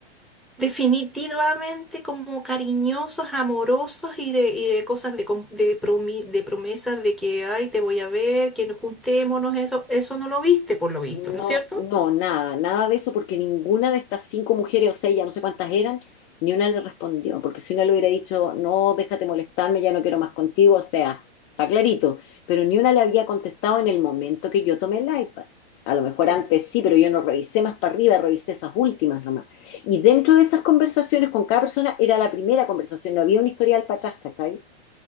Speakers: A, in the centre; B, on the left.
A: definitivamente como cariñosos, amorosos y de, y de cosas de, com- de, promi- de promesas de que, ay, te voy a ver, que nos juntémonos, eso, eso no lo viste por lo visto,
B: No,
A: ¿no es cierto?
B: no, nada, nada de eso, porque ninguna de estas cinco mujeres, o sea, ya no sé cuántas eran, ni una le respondió, porque si una le hubiera dicho, no, déjate molestarme, ya no quiero más contigo, o sea, está clarito, pero ni una le había contestado en el momento que yo tomé el iPad. A lo mejor
A: Claro.
B: antes sí, pero yo no revisé más para arriba, revisé esas últimas nomás. Y dentro de esas conversaciones con cada persona era la primera conversación, no había un historial para atrás, ¿cachai?